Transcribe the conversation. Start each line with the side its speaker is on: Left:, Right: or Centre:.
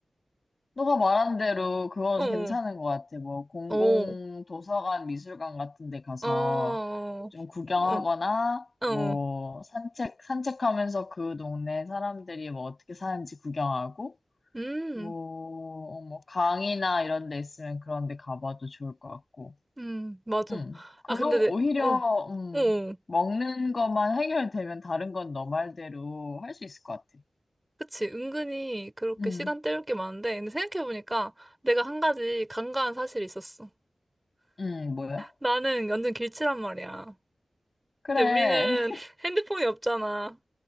Left: 너가 말한 대로 그거
Right: 어.
Left: 괜찮은 것 같아. 뭐, 공공
Right: 어. 어.
Left: 도서관, 미술관 같은 데 가서
Right: 어.
Left: 좀 구경하거나,
Right: 어. 어.
Left: 뭐,
Right: 어.
Left: 산책, 산책하면서 그 동네 사람들이 뭐 어떻게 사는지 구경하고,
Right: 음.
Left: 뭐, 뭐, 강이나 이런 데 있으면 그런 데 가봐도 좋을 것 같고.
Right: 음, 맞아.
Left: 음 그럼
Right: 아, 근데, 내,
Left: 오히려,
Right: 어,
Left: 음,
Right: 어,
Left: 먹는 것만 해결되면 다른 건 너 말대로 할 수 있을 것 같아.
Right: 그치. 은근히 그렇게
Left: 음
Right: 시간 때울 게 많은데, 근데 생각해보니까 내가 한 가지 간과한 사실이 있었어.
Left: 음, 뭐야?
Right: 나는 완전 길치란 말이야.
Left: 그래.
Right: 근데 우리는 <laughs> 핸드폰이 없잖아.